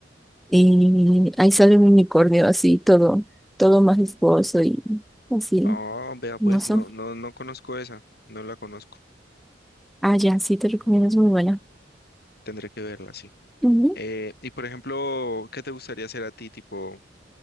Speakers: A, in the centre; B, on the left.
A: y ahí sale un unicornio así, todo, todo majestuoso y así,
B: Ah, vea pues,
A: no sé.
B: no, no, no conozco esa, no la conozco.
A: Ah, ya, sí, te recomiendo, es muy buena.
B: Tendré que verla, sí.
A: Ujú,
B: Eh, y por ejemplo, ¿qué te gustaría hacer a ti? Tipo,